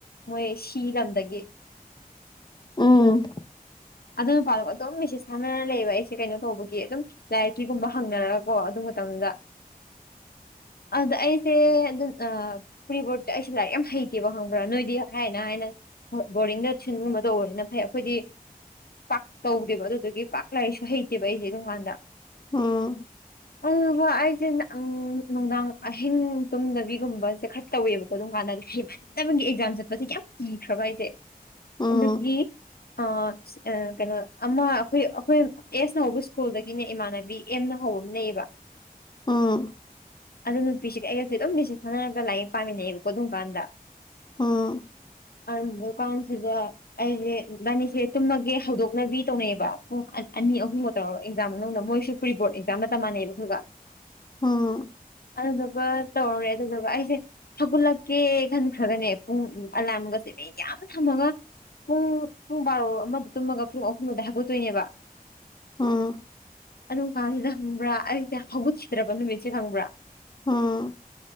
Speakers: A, on the left; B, on the left.
A: ꯃꯣꯏ ꯁꯤ ꯂꯝꯗꯒꯤ
B: ꯎꯝ
A: ꯑꯗꯨ ꯅꯨꯄꯥꯗꯨ ꯑꯗꯨꯝ ꯃꯦꯁꯦꯁ ꯊꯥꯟꯅꯔꯥ ꯂꯩꯕ ꯑꯩꯁꯦ ꯀꯩꯅꯣ ꯇꯧꯕꯒꯤ ꯑꯗꯨꯝ ꯂꯥꯏꯔꯤꯛꯀꯤꯒꯨꯝꯕ ꯍꯪꯅꯔꯒꯀꯣ ꯑꯗꯨ ꯃꯇꯝꯗꯨꯗ ꯑꯗꯨꯗ ꯑꯩꯁꯦ <unintelligible> ꯄ꯭ꯔꯤꯕꯣꯔꯠꯇ ꯑꯩꯁꯦ ꯂꯥꯏꯔꯤꯛ ꯌꯥꯝ ꯍꯩꯇꯦꯕ ꯈꯪꯕ꯭ꯔꯥ ꯅꯣꯏꯗꯤ ꯍꯥꯏꯅ ꯍꯥꯏꯅ ꯍꯣꯏ ꯕꯣꯔꯗꯤꯡꯗ <unintelligible> ꯒꯨꯝꯕ ꯇꯧꯕꯅꯤꯅ ꯐꯩ ꯑꯩꯈꯣꯏꯗꯤ ꯄꯥꯛ ꯇꯧꯗꯦꯕ ꯑꯗꯨꯗꯨꯒꯤ ꯄꯥꯛ ꯂꯥꯏꯔꯤꯛꯁꯨ ꯍꯩꯇꯦꯕ ꯑꯩꯖꯦ ꯑꯗꯨꯝꯀꯥꯟꯗ
B: ꯎꯝ
A: ꯎꯝ ꯍꯣꯏ ꯑꯩꯖꯦ ꯑꯪ ꯅꯨꯡꯗꯥꯡ ꯑꯍꯤꯡ ꯇꯨꯝꯗꯕꯤꯒꯨꯝꯕꯁꯦ ꯈꯔ ꯇꯧꯋꯦꯕꯀꯣ ꯑꯗꯨꯝ ꯀꯥꯟꯗ <unintelligible> <unintelligible> ꯑꯦꯛꯖꯥꯝ ꯆꯠꯄꯁꯦ ꯀꯌꯥꯝ ꯀꯤꯈ꯭ꯔꯕ <unintelligible>
B: ꯎꯝ ꯎꯝ
A: ꯑꯗꯨꯒꯤ ꯑꯥ <unintelligible> ꯀꯩꯅꯣ ꯑꯃ ꯑꯩꯈꯣꯏ ꯑꯩꯈꯣꯏ ꯑꯦꯁꯅ ꯍꯧꯕ ꯁ꯭ꯀꯨꯜꯗꯒꯤꯅꯦ ꯏꯃꯥꯟꯅꯕꯤ ꯑꯦꯝꯅ ꯍꯧꯕ ꯑꯃ ꯂꯩꯌꯦꯕ
B: ꯑꯥ
A: ꯑꯗꯨ ꯅꯨꯄꯤꯁꯤꯒ ꯑꯩꯒꯁꯦ ꯑꯗꯨꯝ ꯃꯦꯁꯦꯖ ꯊꯥꯅꯔꯒ ꯂꯥꯏꯔꯤꯛ ꯄꯥꯃꯤꯟꯅꯩꯕꯀꯣ ꯑꯗꯨꯝ ꯀꯥꯟꯗ
B: ꯑꯥ
A: <unintelligible> ꯀꯥꯟꯁꯤꯗ ꯑꯩꯖꯦ ꯏꯕꯥꯅꯤꯁꯦ ꯇꯨꯝꯃꯒꯦ ꯍꯧꯗꯣꯛꯅꯕꯤ ꯇꯧꯅꯩꯕ ꯄꯨꯡ ꯑꯅꯤ ꯑꯅꯤ ꯑꯍꯨꯝꯒ ꯇꯧꯔꯒ ꯑꯦꯛꯖꯥꯝ ꯃꯅꯨꯡꯗ ꯃꯣꯏꯁꯨ ꯄ꯭ꯔꯤꯕꯣꯔꯠ ꯑꯦꯛꯖꯥꯝ ꯃꯇꯝ ꯃꯥꯟꯅꯩꯕ ꯑꯩꯈꯣꯏꯒ
B: ꯑꯥ
A: ꯑꯗꯨꯗꯨꯒ ꯇꯧꯔꯦ ꯑꯗꯨꯗꯨꯒ ꯑꯩꯁꯦ ꯍꯧꯒꯠꯂꯛꯀꯦ ꯈꯟꯈ꯭ꯔꯒꯅꯦ ꯄꯨꯡ ꯑꯂꯥꯝꯒꯁꯦ ꯃꯌꯥꯝ ꯊꯝꯃꯒ ꯄꯨꯡ ꯄꯨꯡ ꯕꯥꯔꯣ ꯑꯃꯗ ꯇꯨꯝꯃꯒ ꯄꯨꯡ ꯑꯍꯨꯝꯑꯗꯥꯏ ꯍꯧꯒꯠꯇꯣꯏꯅꯦꯕ
B: ꯑꯥ
A: ꯑꯗꯨꯝ ꯀꯥꯟꯁꯤꯗ ꯈꯪꯕ꯭ꯔꯥ ꯑꯩꯖꯦ ꯍꯧꯒꯠꯈꯤꯗ꯭ꯔꯥꯕ ꯅꯨꯃꯤꯠꯁꯦ ꯈꯪꯕ꯭ꯔꯥ
B: ꯑꯥ